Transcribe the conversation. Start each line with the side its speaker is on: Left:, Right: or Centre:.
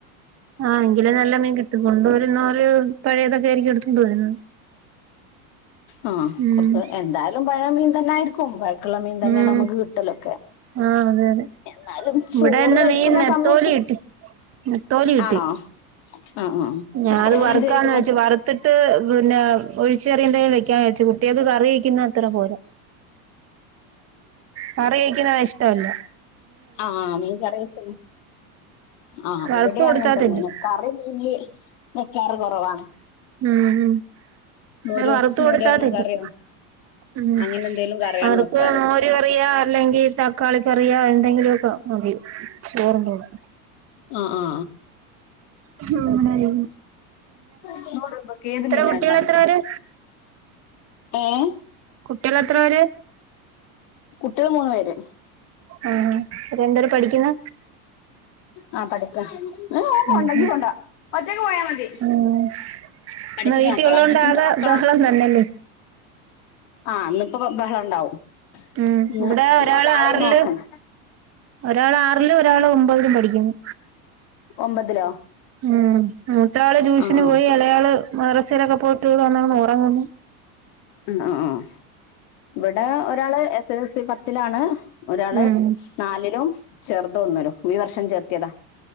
Right: ആഹ് എങ്കിലെ നല്ല മീൻ കിട്ടു കൊണ്ടോരുന്നൊര് പഴയതൊക്കെ ആയിരിക്കും എടുതൊണ്ട് വരുന്നത്.
Left: ആഹ്
Right: ഉം
Left: കുറച്ച് എന്തായാലും പഴേ മീൻ തന്നെ ആയിരിക്കും. പഴ ള്ള മീൻ തന്നെ
Right: ഉം
Left: നമുക്ക് കിട്ടലൊക്കെ.
Right: ആ അതെ അതെ
Left: എന്നാലും ചോറ്
Right: ഇവിടെ ഇന്ന്
Left: കഴിക്കുന്ന
Right: മീൻ നെത്തോലി
Left: സമയത്ത്
Right: കിട്ടി നെത്തോലി കിട്ടി
Left: ആണോ ആഹ് ആഹ്
Right: ഞാൻ
Left: അപ്പൊ
Right: അത്
Left: നീയെന്ത്‌
Right: വറുക്കാന്ന്
Left: ചെയ്തു
Right: വെച്ച് വറുത്തിട്ട് പിന്നെ ഒഴിച്ചറിയെന്തെങ്കിലും വെക്കാൻ വെച്ചു കുട്ടിയക്ക് കറിയിക്കുന്ന അത്ര പോരാ കറി ഒഴിക്ണെ ഇഷ്ടവല്ല
Left: ആഹ് മീൻ കറി വെക്കണ ആഹ്
Right: വറുത്ത്
Left: ഇവിടെ
Right: കൊടുത്താ
Left: അങ്ങൻ തന്നാണ്
Right: തിന്നും
Left: കറി മീൻൽ വെക്കാറ് കുറവാണ്
Right: ഉമ്
Left: മോര്
Right: ഇവടെ വറുത്ത് കൊടുത്താതിന്നും
Left: മോരർന്ന കറിയോ
Right: ഉം
Left: അങ്ങനെ എന്തേലും കറിയാണ്
Right: അവർക്ക്
Left: വെക്കാറ്
Right: മോര് കറിയോ അല്ലെങ്കി തക്കാളി കറിയോ എന്തെങ്കിലു ഒക്കെ മതി ചോറുണ്ടോളും
Left: ആ ആ
Right: ഹും ഉണരും
Left: നൂറു രൂപക്ക് ഏതു മീനാലും
Right: കുട്ടികൾ
Left: വാങ്ങക്കോ
Right: എത്ര പേര്
Left: ഏം
Right: കുട്ട്യള് എത്രപേര്
Left: കുട്ട്യള് മൂന്ന് പേര്
Right: ആഹ് അവരെന്തരു പഠിക്കുന്ന്
Left: ആ പഠിക്ക കൊണ്ടെങ്കി
Right: ഉം ഹും
Left: കൊണ്ട ഒറ്റക്ക് പോയാ മതി
Right: ഉം
Left: പഠിക്കുന്ന
Right: ഇന്ന് വീട്ടിയുള്ളോണ്ടാകെ
Left: മക്കളാ നിങ്ങൾക്ക് ഇത്ര മക്കളാ
Right: ബഹളം തന്നല്ലേ
Left: ആഹ് ന്നിപ്പോ ബ ബഹളം ഉണ്ടാവും
Right: ഉം
Left: ഇന്ന്
Right: ഇവിടെ ഒരാള്
Left: ഇന്നുനാളെയും
Right: ആറില്
Left: നോക്കണ്ട
Right: ഒരാള് ആറിലു ഒരാള് ഒമ്പതിലും പഠിക്കുന്നു
Left: ഒമ്പതിലോ
Right: ഉം മൂത്ത ആള് ട്യൂഷന്
Left: ആ ആ
Right: പോയി എളയാള് മറസിലൊക്കെ പോയിട്ട് വിടെവന്ന് കിടന്നുറങ്ങുന്നു
Left: ഉം അ ആഹ് ഇവിടെ ഒരാള് എസ് എസ് എൽ സി പത്തിലാണ് ഒരാള്
Right: ഉം
Left: നാലിലും ചെറുതൊന്നിലും ഈ വർഷം ചേർത്തിയതാ